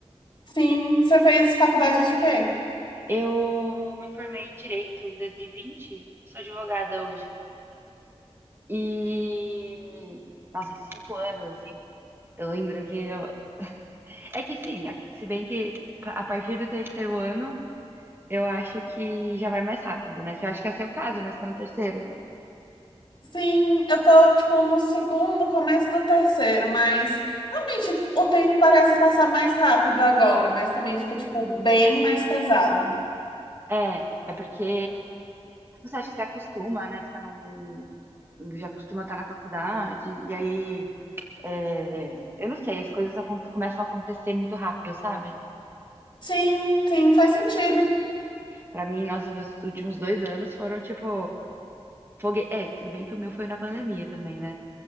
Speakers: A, on the left; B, on the right.
A: Sim, você fez faculdade de quê?
B: Eu me formei em direito em 2020. Eu sou advogada hoje. E. Nossa, cinco anos, assim. Eu lembro que. Eu... É que sim, é que se bem que a partir do terceiro ano, eu acho que já vai mais rápido, né? Que eu acho que é o seu caso, né? Você tá no terceiro.
A: Sim, eu tô, tipo, no segundo, começo do terceiro, mas realmente o tempo parece passar mais rápido agora, mas também fica, tipo, bem mais pesado.
B: É, é porque você acha que você acostuma, né? Fica num. Já costuma estar na faculdade, e aí. é, eu não sei, as coisas acon- começam a acontecer muito rápido, sabe?
A: Sim, sim, faz sentido.
B: Pra mim, nossa, os meus últimos dois anos foram tipo. Fogue... É, tudo bem que o meu foi na pandemia também, né?